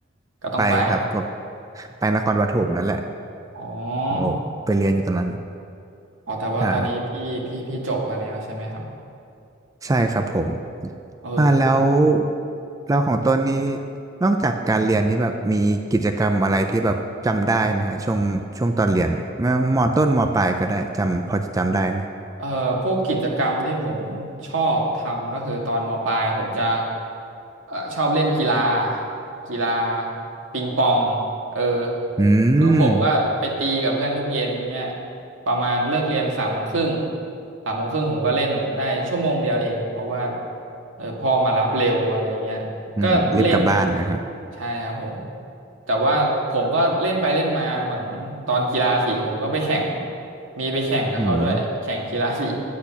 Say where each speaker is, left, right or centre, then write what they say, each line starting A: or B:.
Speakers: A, on the right; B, on the right.
A: ก็ต้องไป
B: ไปครับก็ไปนครปฐมนั่นแหละ
A: อ๋อ
B: โอ้ไปเรียนอยู่ตอนนั้น
A: อ๋อแต่ว่าตอนนี้พี่พี่พี่จบมาแล้วใช่ไหมครับ
B: ใช่ใช่ครับผม
A: เออ
B: อ่าแล้วแล้วของตนนี้นอกจากการเรียนนี้แบบมีกิจกรรมอะไรที่แบบจำได้ไหมฮะช่วงช่วงตอนเรียนไมว่ามอต้นมอปลายก็ได้จำพอจะจำได้ไหม
A: เอ่อพวกกิจกรรมที่ผมชอบทำก็คือตอนมปลายผมจะเอ่อชอบเล่นกีฬากีฬาปิงปองเออ
B: อื
A: คือผมก็ไปตีกับเพื่อนทุกเย็นเนี่ย
B: ม
A: ประมาณเลิกเรียนสามโมงครึ่งสามโมงครึ่งผมก็เล่นได้ชั่วโมงเดียวเองเพราะว่าเออพ่อมารับเร็วอะไรเงี้ย
B: อืมรีบกลับบ้านนะครับ
A: ก็เล่นใช่ครับผมแต่ว่าผมก็เล่นไปเล่นมาเหมือนตอนกีฬาสีผมก็ไปแข่งมีไปแข่งกับเขาด้วยแข่งกีฬาสี
B: อืม